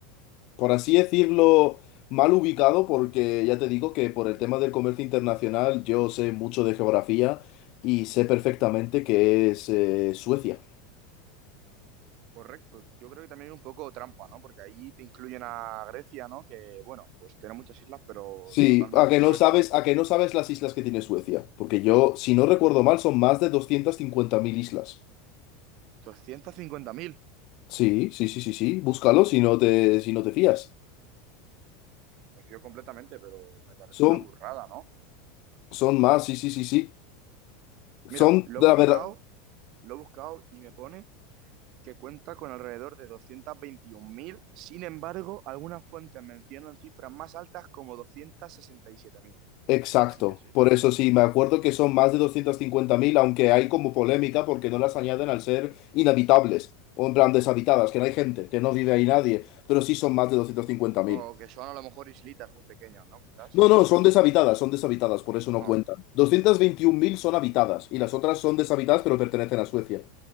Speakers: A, on the left; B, on the right.
A: por así decirlo, mal ubicado, porque ya te digo que por el tema del comercio internacional yo sé mucho de geografía y sé perfectamente que es eh, Suecia.
B: Correcto. Yo creo que también es un poco trampa, ¿no? Porque ahí te incluyen a Grecia, ¿no? Que, bueno, pues tiene muchas islas, pero
A: Sí,
B: totalmente
A: a que
B: es Suecia.
A: no sabes, a que no sabes las islas que tiene Suecia, porque yo, si no recuerdo mal, son más de 250.000 islas.
B: ¿doscientas cincuenta mil.
A: Sí, sí, sí, sí, sí, búscalo si no te, si no te fías.
B: Me fío completamente, pero me parece
A: Son,
B: una burrada, ¿no?
A: son más, sí, sí, sí, sí.
B: Mira,
A: Son,
B: lo
A: la
B: he buscado,
A: verdad,
B: lo he buscado y me pone que cuenta con alrededor de doscientos veintiún mil sin embargo, algunas fuentes mencionan cifras más altas como doscientos sesenta y siete mil
A: Exacto,
B: Así que sí.
A: por eso sí, me acuerdo que son más de 250.000, aunque hay como polémica porque no las añaden al ser inhabitables, o en plan deshabitadas, que no hay gente, que no vive ahí nadie, pero sí son más de doscientos cincuenta mil.
B: O que son a lo mejor islitas muy pequeñas, ¿no? Quizás,
A: No,
B: islotes.
A: no, son deshabitadas, son deshabitadas, por eso no
B: Ah,
A: cuentan. 221.000 son habitadas y las otras son deshabitadas pero pertenecen a Suecia.